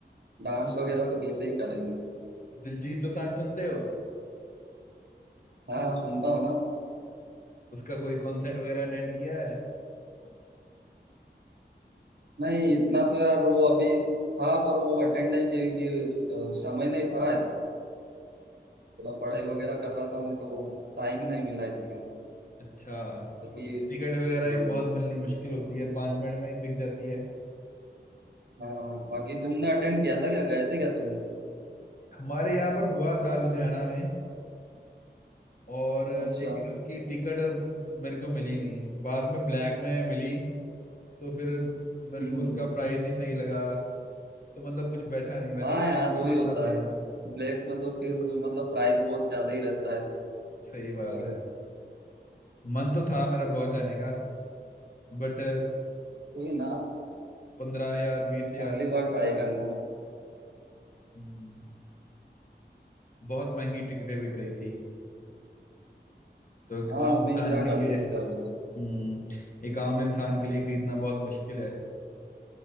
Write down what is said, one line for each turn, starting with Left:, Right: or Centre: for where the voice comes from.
Right: डांस वगैरह तो कैसे ही करेंगे
Left: दिलजीत दोसांझ सुनते हो
Right: हाँ सुनता हूँ ना
Left: उसका कोई कॉन्सर्ट वगैरह अटेंड किया है
Right: नहीं इतना तो यार वो अभी था पर वो अटेंड नहीं किया क्योंकि अ, समय नहीं था थोड़ा पढ़ाई
Left: हाँ
Right: वगैरह कर रहा था मैं तो टाइम नहीं मिला इतना
Left: अच्छा
Right: बाकी
Left: उसकी टिकट वगैरह
Right: हाँ
Left: ही बहुत मिलनी मुश्किल होती है पांच मिनट में ही बिक जाती है
Right: हाँ, बाकी तुमने अटेंड किया था क्या गए थे क्या तुम
Left: हमारे यहाँ पर हुआ था लुधियाना में और
Right: अच्छा
Left: लेकिन
Right: हम्म
Left: उसकी टिकट मेरे को मिली नहीं बाद में ब्लैक में मिली तो फिर मेरे
Right: हम्म।
Left: को उसका प्राइस नहीं सही लगा तो मतलब कुछ बैठा नहीं वैसे
Right: हाँ
Left: जाने
Right: यार
Left: का
Right: वही
Left: मन
Right: होता
Left: तो था
Right: है
Left: मेरा
Right: ब्लैक में तो फिर मतलब प्राइस बहुत ज्यादा ही रहता
Left: सही बात
Right: है
Left: है मन तो था मेरा बहुत जाने का बट
Right: वही ना
Left: पंद्रह हजार बीस हजार
Right: अगली
Left: तीस
Right: बार ट्राई
Left: हजार
Right: करना
Left: हम्म, बहुत महंगी टिकटें बिक रही थी तो एक
Right: हाँ
Left: आम
Right: अभी
Left: इंसान
Right: क्या
Left: के
Right: कर
Left: लिए
Right: सकते हैं बोल
Left: हम्म एक आम इंसान के लिए खरीदना बहुत मुश्किल है